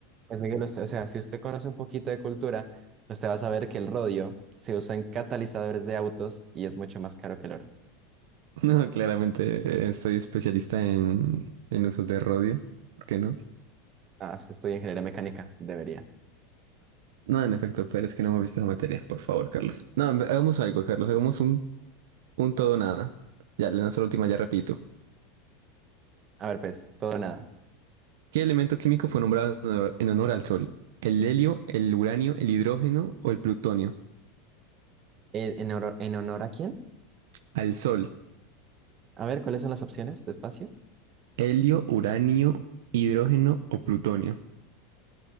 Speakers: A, on the right (about 35°); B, on the right (about 70°).
A: Pues Miguel, usted- o sea, si usted conoce un poquito de cultura, usted va a saber que el rodio se usa en catalizadores de autos y es mucho más caro que el oro.
B: No, claramente eh, soy especialista en, en usos de rodio. ¿Por qué no?
A: Ah, usted estudia ingeniería mecánica, debería.
B: No, en efecto, pero es que no hemos visto la materia. Por favor, Carlos. No, en ve- hagamos algo, Carlos. Hagamos un, un todo o nada. Ya, le lanzo la última, ya repito.
A: A ver, pues, todo o nada.
B: ¿Qué elemento químico fue nombrado en honor, en honor al Sol? ¿El helio, el uranio, el hidrógeno o el plutonio?
A: Eh, ¿En, oro- en honor a quién?
B: Al Sol.
A: A ver, ¿cuáles son las opciones de espacio?
B: Helio, uranio, hidrógeno o plutonio.